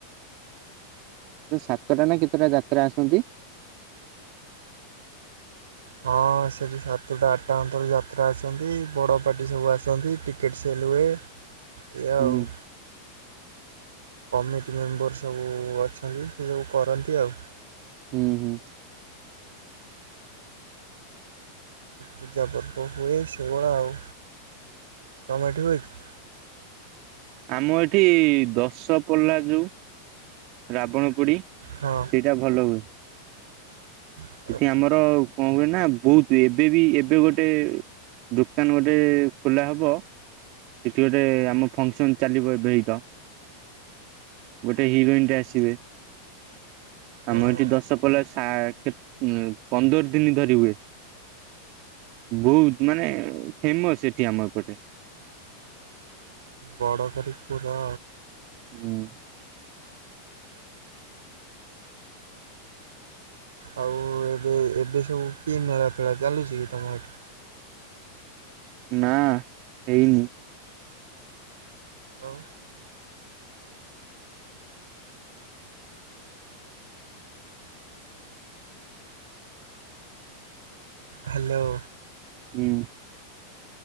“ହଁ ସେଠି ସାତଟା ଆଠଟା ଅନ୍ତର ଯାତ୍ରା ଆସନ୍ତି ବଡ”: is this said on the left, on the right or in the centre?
Right